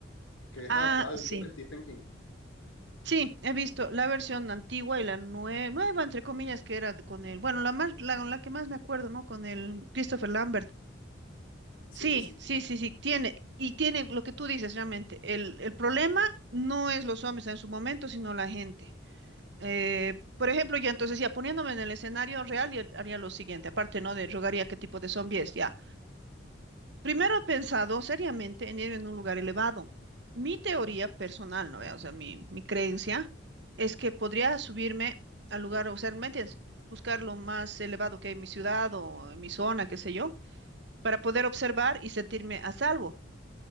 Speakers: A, on the left; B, on the right.
A: que es
B: Ah,
A: adaptada del
B: sí.
A: libro de Stephen King.
B: Sí, he visto la versión antigua y la nue- nueva, entre comillas, que era con el, bueno, la más, la, la que más me acuerdo, ¿no? Con el Christopher Lambert.
A: Sí,
B: Sí,
A: sí.
B: sí, sí, sí, tiene, y tiene lo que tú dices realmente. El, el problema no es los zombies en su momento, sino la gente. Eh, por ejemplo, yo entonces ya poniéndome en el escenario real, ya haría lo siguiente, aparte, ¿no? De rogaría qué tipo de zombie es, ya. Primero he pensado seriamente en ir en un lugar elevado. Mi teoría personal, ¿no ve? O sea, mi, mi creencia es que podría subirme al lugar, o sea, ¿me entiendes? Buscar lo más elevado que hay en mi ciudad o en mi zona, qué sé yo, para poder observar y sentirme a salvo.